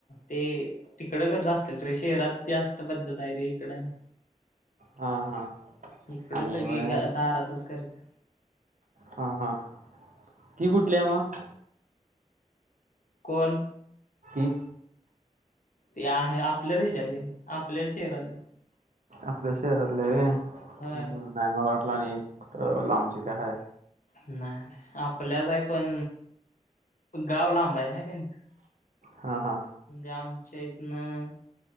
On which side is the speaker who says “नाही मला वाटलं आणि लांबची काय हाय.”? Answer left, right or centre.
Right